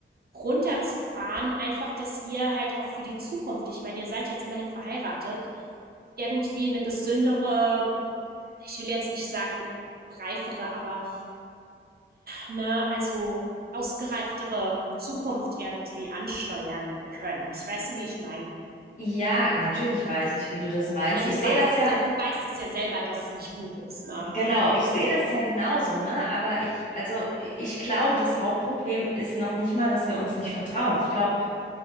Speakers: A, on the right; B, on the left.
A: runterzufahren, einfach, dass ihr halt auch für die Zukunft, ich meine, ihr seid jetzt immerhin verheiratet, irgendwie eine gesündere, ich will jetzt nicht sagen reifere, aber na, also ausgereiftere Zukunft irgendwie ansteuern könnt. Weißt du, wie ich meine?
B: ja, natürlich weiß ich, wie du das meinst.
A: Also
B: Ich
A: du
B: sehe
A: weißt
B: das
A: das
B: ja,
A: ja, du weißt es ja selber, dass es nicht gut ist, ne?
B: genau, ich sehe das ja genauso, ne? Aber ich, also, ich glaube, das Hauptproblem ist noch nicht mal, dass wir uns nicht vertrauen. Ich glaube,